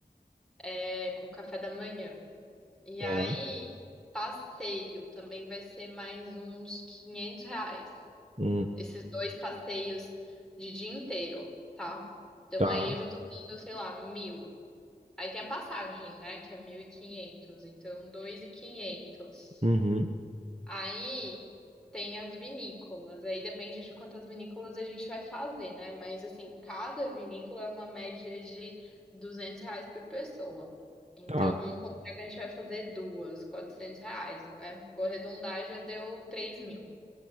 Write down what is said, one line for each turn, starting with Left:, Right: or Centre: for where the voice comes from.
Centre: é, com café da manhã. E
Right: tá.
Centre: aí, passeio também vai ser mais uns 500 reais.
Right: Hum,
Centre: Esses dois passeios de dia inteiro, tá? Então
Right: tá.
Centre: aí eu já tô dando, sei lá, mil. Aí tem a passagem, né, que é mil e quinhentos então dois mil e quinhentos
Right: Uhum,
Centre: Aí tem as vinícolas, aí depende de quantas vinícolas a gente vai fazer, né? Mas assim, cada vinícola é uma média de 200 reais por pessoa. Então
Right: tá.
Centre: vamos comprar que a gente vai fazer duas, 400 reais, né? Vou arredondar, já deu três mil.